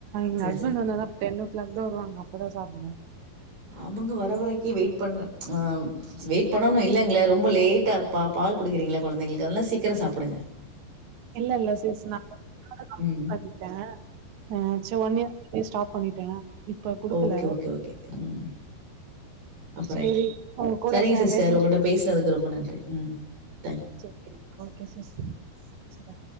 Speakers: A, on the right (about 60°); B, on the right (about 75°).
A: எங்க
B: சரி
A: ஹஸ்பண்ட்
B: சரி
A: வந்தாதா டென் ஓ கிளாக்தா வருவாங்க அப்பதா சாப்னு
B: அவங்க வர வரைக்கி வெயிட் பண் அ வெயிட் பண்ணணு இல்லங்ள ரொம்ப லேட்டா பா பால் குடுக்குறீங்ள கொழந்தைங்ளுக்கு அதெல்லா சீக்கிர சாப்டுங்க ஹ
A: இல்ல இல்ல சிஸ் நா <unintelligible>
B: ம்
A: பண்ணிட்ட ஆ ச் ஒன் இயர் முன்னாடி ஸ்டாப் பண்ணிட்ட இப்ப குடுக்கல
B: ஓகே ஓகே ஓகே ம் அப்ப
A: சேரி
B: ரைட்டுதா
A: உங்க கூட
B: சரிங்க
A: சே
B: சிஸ்டர்
A: பேசுனது
B: உங்கட்ட பேஸ்னதுக்கு ரொம்ப நன்றி உம்
A: சரி ஓகே சிஸ் சரி